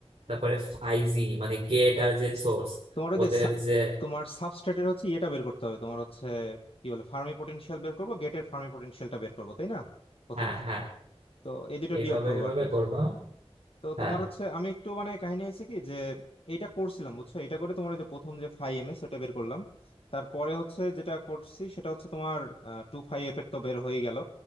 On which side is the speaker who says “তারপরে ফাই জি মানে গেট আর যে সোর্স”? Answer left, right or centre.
Right